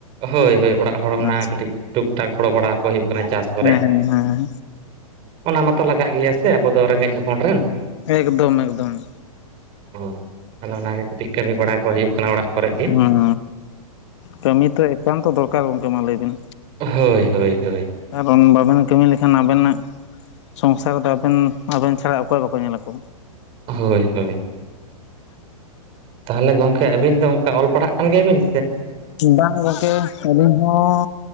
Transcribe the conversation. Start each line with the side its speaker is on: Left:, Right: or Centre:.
Right: ᱦᱳᱭ ᱦᱳᱭ ᱚᱲᱟᱜ ᱦᱚᱲ ᱚᱱᱟ
Left: ᱟᱪᱪᱷᱟ
Right: ᱠᱟᱹᱴᱤᱡ ᱴᱩᱠ ᱴᱟᱠ ᱜᱚᱲᱚ ᱵᱟᱲᱟ ᱠᱚ ᱦᱩᱭᱩᱜ ᱠᱟᱱᱟ ᱪᱟᱥ ᱠᱚᱨᱮ᱾
Left: ᱦᱮᱸ ᱦᱮᱸ ᱦᱮᱸ
Right: ᱚᱱᱟ ᱢᱟᱛᱚ ᱞᱟᱜᱟᱜ ᱜᱮᱭᱟ ᱥᱮ ᱟᱵᱚ ᱫᱚ ᱨᱮᱸᱜᱮᱡ ᱦᱚᱯᱚᱱ ᱨᱮᱱ᱾
Left: ᱮᱠᱫᱚᱢ ᱮᱠᱫᱚᱢ᱾
Right: ᱦᱳᱭ ᱛᱟᱞᱦᱮ ᱚᱱᱟᱜᱮ ᱠᱟᱹᱴᱤᱡ ᱠᱟᱹᱢᱤ ᱵᱟᱲᱟ ᱠᱚ ᱦᱩᱭᱩᱜ ᱠᱟᱱᱟ ᱚᱲᱟᱜ ᱠᱚᱨᱮᱜ ᱜᱤ᱾
Left: ᱦᱮᱸ ᱠᱟᱹᱢᱤ ᱛᱚ ᱮᱠᱟᱱᱛᱚ ᱫᱚᱨᱠᱟᱨ ᱜᱚᱝᱠᱮ ᱢᱟ ᱞᱟᱹᱭ ᱵᱤᱱ᱾
Right: ᱦᱳᱭ ᱦᱳᱭ ᱦᱳᱭ᱾
Left: ᱠᱟᱨᱚᱱ ᱵᱟᱵᱮᱱ ᱠᱟᱹᱢᱤ ᱞᱮᱠᱷᱟᱱ ᱟᱵᱮᱱᱟᱜ ᱥᱚᱝᱥᱟᱨ ᱫᱚ ᱟᱵᱮᱱ ᱟᱵᱮᱱ ᱪᱷᱟᱲᱟ ᱚᱠᱚᱭ-ᱚ ᱵᱟᱠᱚ ᱧᱮᱞᱟᱠᱚ᱾
Right: ᱦᱳᱭ ᱦᱳᱭ ᱛᱟᱦᱞᱮ ᱜᱚᱝᱠᱮ ᱟᱹᱵᱤᱱ ᱫᱚ ᱚᱱᱠᱟ ᱚᱞ ᱯᱟᱲᱦᱟᱜ ᱠᱟᱱ ᱜᱮᱭᱟ ᱵᱤᱱ?
Left: ᱵᱟᱝ ᱜᱚᱝᱠᱮ ᱟᱹᱞᱤᱧ ᱦᱚᱸ᱾